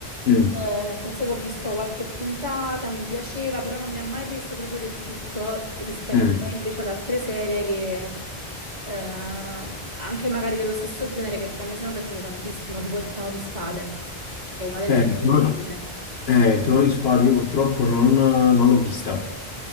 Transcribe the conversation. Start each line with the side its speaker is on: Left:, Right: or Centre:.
Left: Mm.
Right: Eh, nel senso che ho visto qualche puntata, mi piaceva, però non mi ha mai preso proprio del tutto rispetto
Left: Mm.
Right: poi invece ad altre serie che, eh, anche magari dello stesso genere, che però mi sono piaciute tantissimo, tipo Il Trono di Spade, che è una delle
Left: Eh,
Right: mie
Left: il
Right: serie
Left: trono,
Right: preferite.
Left: eh, il Trono di Spade io purtroppo non, non l'ho vista,